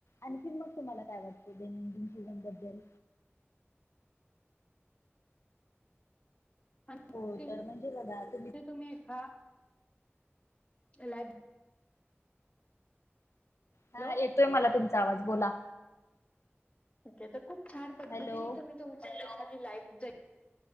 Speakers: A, on the left (about 75°); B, on the left (about 25°).
A: आणखी मग तुम्हाला काय वाटतं दैनंदिन जीवनबद्दल.
B: आणि
A: हो तर म्हणजे बघात
B: तुम्ही हा <unintelligible>
A: हा
B: हॅलो
A: येतोय मला तुमचा आवाज बोला.
B: के तर खूप छान पद्धती
A: हॅलो
B: तुम्ही तुमच्या एखादी लाईफ